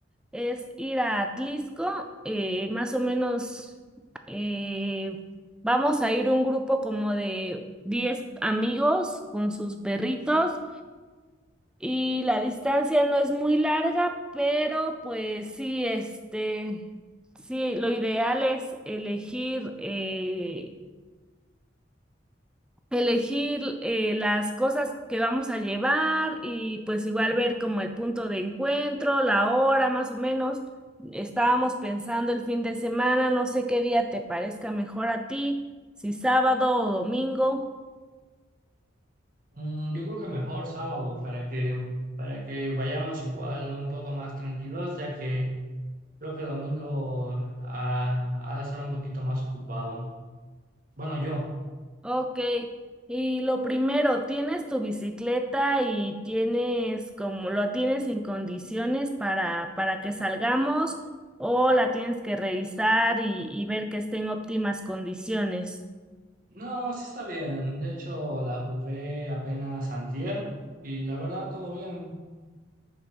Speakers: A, in the centre; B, on the right.
A: es ir a Atlisco, eh, más o menos eh, vamos a ir un grupo como de 10 amigos con sus perritos y la distancia no es muy larga, pero pues sí, este, sí, lo ideal es elegir eh, elegir eh, las cosas que vamos a llevar y pues igual ver como el punto de encuentro, la hora más o menos. Estábamos pensando el fin de semana, no sé qué día te parezca mejor a ti, si sábado o domingo.
B: Mm, yo creo que mejor sábado para que, para que vayamos igual un poco más tranquilos, ya que... Creo que domingo ha, ha de estar un poquito más ocupado. Bueno, yo.
A: Ok, y lo primero, ¿tienes tu bicicleta y tienes como lo tienes en condiciones para, para que salgamos o la tienes que revisar y, y ver que esté en óptimas condiciones?
B: No, sí está bien. De hecho, la ocupé apenas antier y la verdad, todo bien.